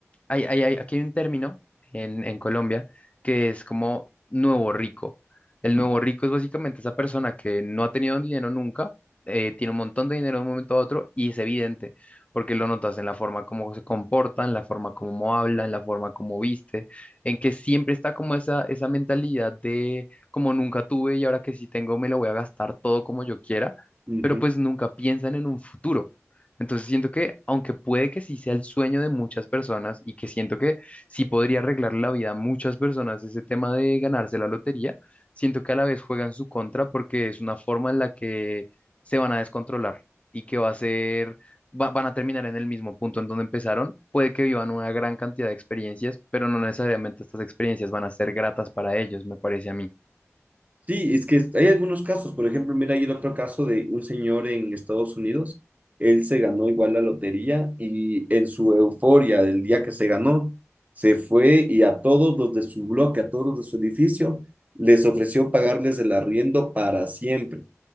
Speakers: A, on the left; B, on the right.
A: hay, hay- hay- aquí hay un término en, en Colombia que es como nuevo rico. El
B: Ujú,
A: nuevo rico es básicamente esa persona que no ha tenido dinero nunca, eh, tiene un montón de dinero de un momento a otro y es evidente, porque lo notas en la forma como se comporta, en la forma como habla, en la forma como viste, en que siempre está como esa, esa mentalidad de como nunca tuve y ahora que sí tengo me lo voy a gastar todo como yo quiera,
B: ujú.
A: pero pues nunca piensan en un futuro. Entonces siento que, aunque puede que sí sea el sueño de muchas personas y que siento que sí podría arreglar la vida a muchas personas ese tema de ganarse la lotería, siento que a la vez juegan su contra porque es una forma en la que se van a descontrolar y que va a ser, va- van a terminar en el mismo punto en donde empezaron. Puede que vivan una gran cantidad de experiencias, pero no necesariamente estas experiencias van a ser gratas para ellos, me parece a mí.
B: Sí, es que hay algunos casos. Por ejemplo, mira, hay el otro caso de un señor en Estados Unidos. Él se ganó igual la lotería y en su euforia del día que se ganó, se fue y a todos los de su bloque, a todos los de su edificio, les ofreció pagarles el arriendo para siempre.